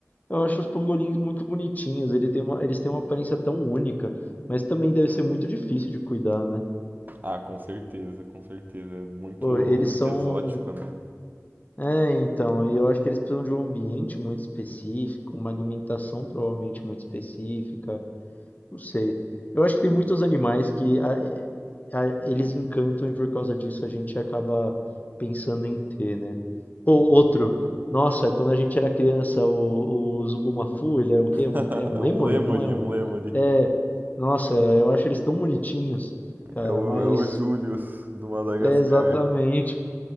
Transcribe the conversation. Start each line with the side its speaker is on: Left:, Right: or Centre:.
Left: eu acho os pangolins muito bonitinhos. Ele tem uma, eles têm uma aparência tão única, mas também deve ser muito difícil de cuidar, né?
Right: Ah, com certeza, com certeza. É muito,
Left: Pô, eles
Right: muito
Left: são.
Right: exótico, né?
Left: É, então, e eu acho que eles precisam de um ambiente muito específico, uma alimentação provavelmente muito específica. Não sei. Eu acho que tem muitos animais que a- a- eles encantam e por causa disso a gente acaba pensando em ter, né? Pô, outro. Nossa, quando a gente era criança, o, o Zubumafu, ele era um quê?
Right: <laughs>
Left: Um, é um
Right: É
Left: lêmure?
Right: um lemuri,
Left: Não é um.
Right: um lemuri.
Left: É. Nossa, eu acho eles tão bonitinhos, cara,
Right: É o,
Left: mas.
Right: é o július do Madagascar.
Left: É exatamente.